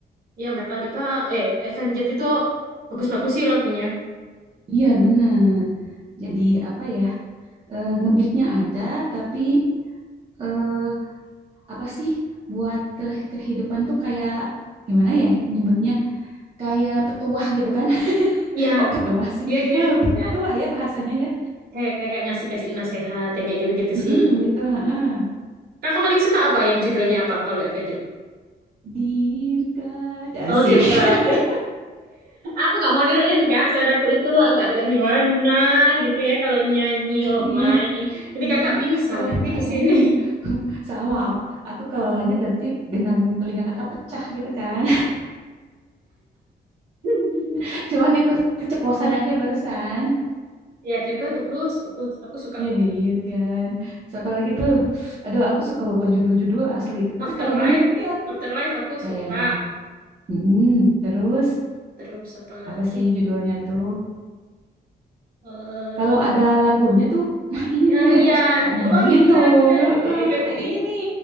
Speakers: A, on the right; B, on the right.
A: Iya, Metallica. Eh, Avenged itu bagus-bagus sih lagunya.
B: Iya bener. Jadi apa ya, eh, ngebeatnya ada tapi eh, apa sih buat ke kehidupan tuh kayak gimana ya nyebutnya kayak petuah gitu kan. <laughs>
A: Iya,
B: Kok petuah sih?
A: dia dia
B: Eh, Lebih
A: kayak
B: ke petuah ya bahasanya ya.
A: kayak kayak, kayak ngasih kasih nasehat yang kayak gitu-gitu
B: Mm-mm,
A: sih.
B: gitu. heeh.
A: Kakak paling suka apa? Yang judulnya apa kalau Avenged?
B: Dear God, asik.
A: Oh, Dirga.
B: <laughs>
A: Aku gak mau niruin kak, suaraku itu agak-agak gimana gitu ya kalau nyanyi. Oh
B: Iya.
A: my, ini
B: Ih,
A: kakak pingsan
B: oh
A: nanti
B: my.
A: di sini.
B: <laughs> Sama apa? Aku kalau lanjut nanti gendang telinga kakak pecah gitu kan.
A: <laughs>
B: <laughs> Cuman itu keceplosan aja barusan.
A: Ya Dirgo bagus, bagus. Aku suka
B: Iya,
A: kok.
B: Dirgan. Siapa lagi tuh? Aduh, aku suka lupa judul-judul asli. Tapi
A: Afterlife,
B: kalau denger nih aku
A: Afterlife aku
B: kayaknya.
A: suka.
B: Hmm, terus
A: Terus apa lagi?
B: apa sih
A: ya?
B: judulnya tuh?
A: Eh,
B: Kalau ada lagunya tuh, nah ini
A: ya
B: nih yang
A: iya,
B: aku suka. Nah
A: oh
B: gitu.
A: iya iya
B: Heeh.
A: gitu ya ngerti.
B: Nah ini nih,